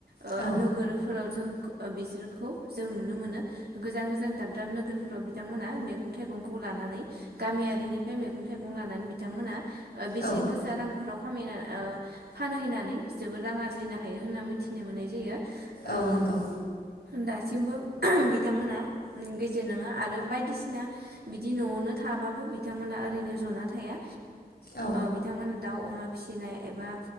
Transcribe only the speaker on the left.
औ
औ
औ नंगौ।
औ